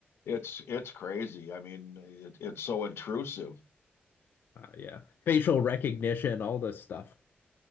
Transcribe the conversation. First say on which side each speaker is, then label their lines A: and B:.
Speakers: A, on the left; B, on the left.
A: it's it's crazy. I mean, it, it's so intrusive.
B: Uh, yeah. Facial recognition, all this stuff.